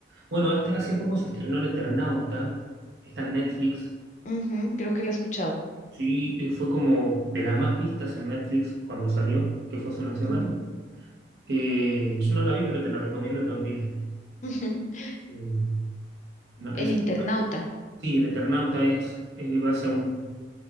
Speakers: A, on the right (about 65°); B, on the left (about 40°).
A: Bueno, hasta- hace poco se estrenó El Eternauta, está en Netflix.
B: ujú, creo que la he escuchado.
A: Sí, eh, fue como de las más vistas en Netflix cuando salió, que fue hace una semana.
B: Ujú.
A: Eh, yo no la vi, pero te la recomiendo también.
B: <laughs> ujú.
A: Eh, no,
B: El
A: esa-
B: internauta.
A: sí, El Eternauta es, eh, va a ser un